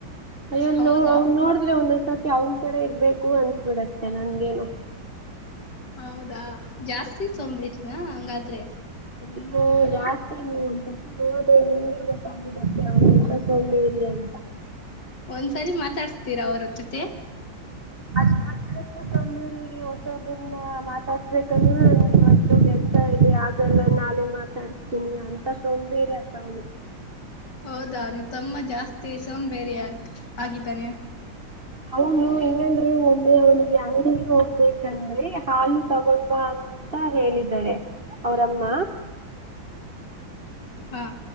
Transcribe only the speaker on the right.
ಅಯ್ಯೋ್ೋ
ಅವ್ನ ನೋಡಿದ್ರೆ ಒಂದ್ ಸತ್ ಅವನ ತರ ಇರ್ಬೇಕು ಅನ್ಸ್ಬಿಡತ್ತೆ ನನ್ಗೇನು
ಅಯ್ಯೋ ಜಾಸ್ತಿ ನೀವ್ ಒಂದ್ಸತಿ ನೋಡ್ದ ನಿಮ್ಗೆ ಗೊತ್ತಾಗ್ಬಿಡುತ್ತೆ ಅವನೆಂತ ಸೋಂಬೇರಿ ಅಂತ
ಅಲ್ಲಿ ಮಾತಾಡಕ್ಕು ಸೋಂಬೇರಿರಿ ಹೊಸೊಬ್ಬ್ರನ್ನ ಮಾತಾಡ್ಸ್ಬೇಕಂದ್ರೂ ನನ್ಗೆ ಇವತ್ತು ಕೆಲ್ಸ ಇದೆ ಆಗಲ್ಲ ನಾಳೆ ಮಾತಾಡ್ಸ್ತೀನಿ ಅಂತ ಸೋಂಬೇರಿ ಅತ್ತ ಅವನು
ಅವನು ಹೆಂಗಂದ್ರೆ ಒಮ್ಮೆ ಅವನಿಗೆ ಅಂಗಡಿಗೆ ಹೋಗ್ಬೇಕಂದ್ರೆ ಹಾಲು ತಗೊಂಡ ಬಾ ಅಂತ ಹೇಳಿದ್ದಾರೆ ಅವರಮ್ಮ